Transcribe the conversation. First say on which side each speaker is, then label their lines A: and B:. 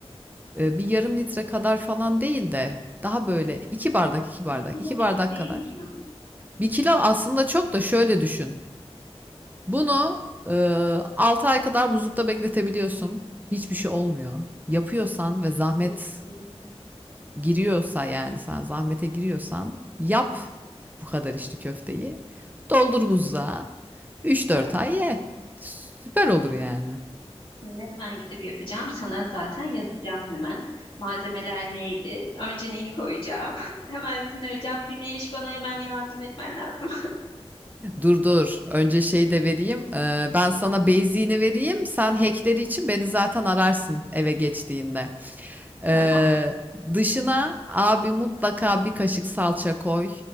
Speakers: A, on the right; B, on the left.
A: e, bir yarım litre kadar falan değil de daha böyle iki bardak iki bardak
B: Bir kilo
A: iki
B: çok
A: bardak
B: değil
A: kadar.
B: mi ya?
A: Bir kilo aslında çok da şöyle düşün. Bunu e, 6 ay kadar buzlukta bekletebiliyorsun. Hiçbir şey olmuyor. Yapıyorsan ve zahmet
B: Hı, Birlikte.
A: giriyorsa yani sen zahmete giriyorsan yap bu kadar içli köfteyi. Doldur buzluğa. üç
B: Tamam.
A: dört ay ye. Süper olur yani.
B: Şimdi hemen gidip yapacağım. Sana zaten yazacağım hemen. Malzemeler neydi? Önce neyi koyacağım? <laughs> Hemen seni arayacağım. Güneş bana hemen yardım etmen lazım.
A: Dur dur. Önce şey de vereyim. Ee, ben sana beyziğini vereyim. Sen hackleri için beni zaten ararsın eve geçtiğinde.
B: <laughs>
A: Ee,
B: Tamam.
A: dışına abi mutlaka bir kaşık salça koy.